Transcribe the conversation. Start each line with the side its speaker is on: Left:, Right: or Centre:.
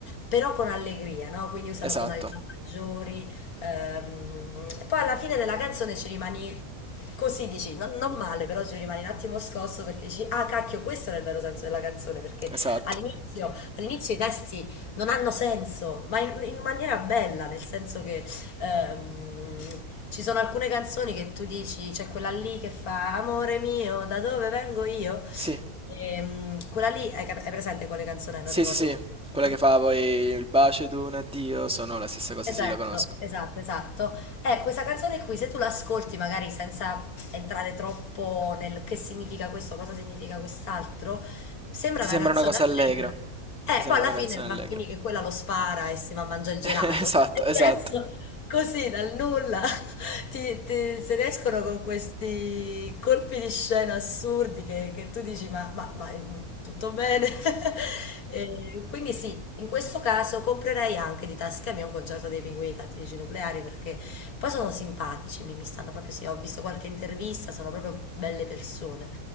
Left: però con allegria, no? Quindi usano
Centre: Esatto,
Left: tonalità maggiori. ehm, e poi alla fine della canzone ci rimani, Così dici, non, non male, però ci rimani un attimo scosso perché dici, ah cacchio, questo era il vero senso della canzone, perché
Centre: esatto.
Left: all'inizio all'inizio i testi non hanno senso, ma in, in maniera bella, nel senso che ehm, ci sono alcune canzoni che tu dici, c'è quella lì che fa, amore mio, da dove vengo io?
Centre: Sì.
Left: Ehm, quella lì, hai, cap- hai presente quale canzone?
Centre: Sì,
Left: è? Non ricordo
Centre: sì, sì,
Left: come si chiama.
Centre: quella che fa poi il bacio ed un addio sono la stessa cosa,
Left: Esatto,
Centre: sì, la conosco.
Left: esatto, esatto. Eh, questa canzone qui, se tu l'ascolti magari senza entrare troppo nel che significa questo, cosa significa quest'altro, sembra
Centre: Ti
Left: una
Centre: sembra
Left: canzone
Centre: una cosa allegra.
Left: allegra. Eh,
Centre: Ti sembra
Left: poi alla
Centre: una canzone
Left: fine va
Centre: allegra.
Left: a finire che quella lo spara e si va a mangiare il
Centre: <laughs>
Left: gelato,
Centre: Esatto,
Left: cioè, nel
Centre: esatto.
Left: senso, così dal nulla. Ti, ti- se ne escono con questi colpi di scena assurdi che, che tu dici ma, ma- ma, mm, tutto bene? <laughs> E quindi sì, in questo caso comprerei anche di tasca mia un concerto dei Pinguini Tattici Nucleari perché poi sono simpatici, mi, mi stanno proprio, sì, ho visto qualche intervista, sono proprio belle persone,